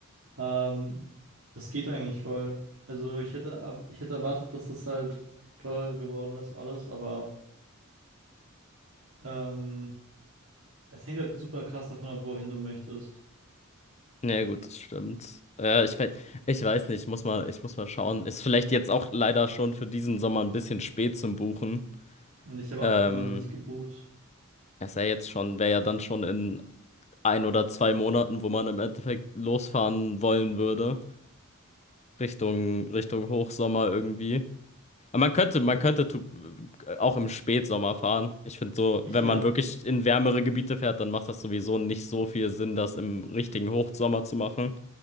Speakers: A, on the right (about 65°); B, on the left (about 30°).
A: Ähm, das geht eigentlich voll. Also ich hätte, ab- ich hätte erwartet, dass das halt teurer geworden ist, alles, aber ähm, es hängt halt super krass davon ab, wohin du möchtest.
B: Ja, gut, das stimmt. Ja, ich, we- ich weiß nicht, ich muss mal, ich muss mal schauen. Ist vielleicht jetzt auch leider schon für diesen Sommer ein bisschen spät zum Buchen.
A: Und ich habe
B: Ähm,
A: auch immer noch nicht gebucht.
B: ist ja jetzt schon, wäre ja dann schon in ein oder zwei Monaten, wo man im Endeffekt losfahren wollen würde. Richtung, Richtung Hochsommer irgendwie. Aber man könnte, man könnte tu- auch im Spätsommer fahren. Ich finde so,
A: Ich,
B: wenn
A: ja,
B: man wirklich in wärmere Gebiete fährt, dann macht das sowieso nicht so viel Sinn, das im richtigen Hochsommer zu machen